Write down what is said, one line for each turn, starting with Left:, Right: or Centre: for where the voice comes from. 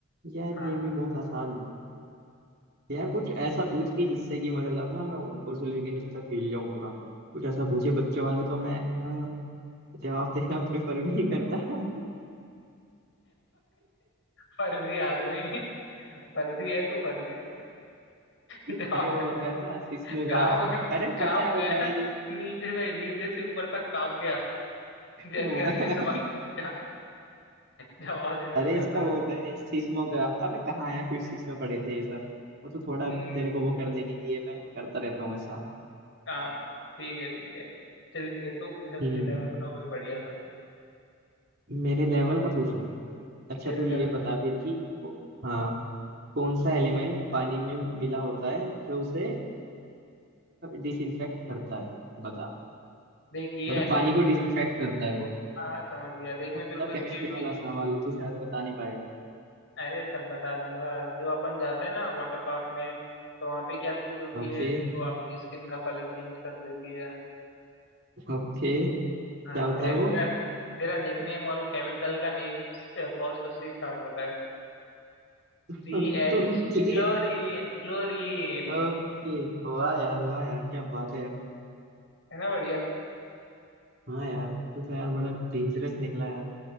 Right: यार
Left: हाँ
Right: ये भी बहुत आसान है यार कुछ ऐसा पूछ कि जिससे कि मतलब ना मैं ऊपर से लेके नीचे तक हिल जाऊं पूरा कुछ ऐसा पूछिए बच्चे वाले तो मैं अ, जवाब देना प्रेफर भी नहीं करता <laughs>
Left: फर्जी आदमी फर्जी है तू फर्जी
Right: अरे
Left: जवाब
Right: वो
Left: देना।
Right: होता है ना सिस्मोग्राफ
Left: कांप
Right: अरे
Left: कांप
Right: पता है
Left: गया
Right: भाई
Left: नीचे से नीचे से ऊपर तक कांप गया जैसे
Right: <laughs>
Left: ही असली सवाल पूछा जवाब देना
Right: अरे
Left: प्रेफर
Right: इसका वो होता है सिस्मोग्राफ अबे कहाँ आया फिफ्थ सिक्स में पढ़े थे ये सब वो तो थोड़ा
Left: हम्म,
Right: तेरे को वो करने के लिए मैं करता रहता हूँ ऐसा
Left: हाँ ठीक है ठीक है चल ठीक है तू पूछ अपने
Right: हम्म
Left: लेवल का कोई बढ़िया सा
Right: मेरे लेवल का पूछूं अच्छा
Left: तेरे
Right: तू ये
Left: लेवल
Right: बता
Left: का
Right: फिर कि हाँ कौन सा एलिमेंट पानी में मिला होता है जो उसे डिसइंफेक्ट करता है बता
Left: देख ये
Right: मतलब
Left: एलिमेंट
Right: पानी को
Left: जो
Right: डिसइंफेक्ट करता है वो
Left: हाँ हाँ, समझ गया देख
Right: तो
Left: मैं
Right: थोड़ा
Left: तेरे को इसके
Right: केमिस्ट्री
Left: पीछे
Right: वाला सवाल है तू शायद बता नहीं पाएगा
Left: अरे सब बता दूंगा जो अपन जाते हैं ना वाटर पार्क में तो वहाँ पे क्या चीज होती
Right: ओके
Left: है जो अपनी स्किन का कलर चेंज कर देती है
Right: ओके क्या
Left: हाँ
Right: होता
Left: ते,
Right: है वो
Left: तेरा तेरा निकनेम और वो केमिकल का नेम फर्स्ट उससे ही स्टार्ट होता है
Right: <laughs>
Left: C H
Right: Okay
Left: chlorine chlorine
Right: okay वाह यार वाह यार क्या बात है यार
Left: है ना बढ़िया
Right: हाँ यार तू तो यार बड़ा डेंजरस निकला यार